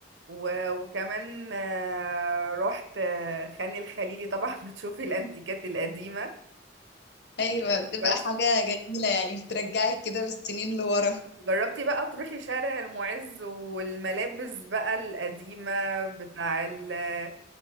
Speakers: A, on the right; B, on the left.
A: و- وكمان آه، رحت آه، خان الخليلي طبعا <laughs> بتشوفي الانتيكات القديمة
B: ايوه بتبقى
A: بس
B: حاجه جميله يعني بترجعك كده بالسنين لورا
A: جربتي بقى تروحي شارع المعز والملابس بقى القديمة بتاع ال-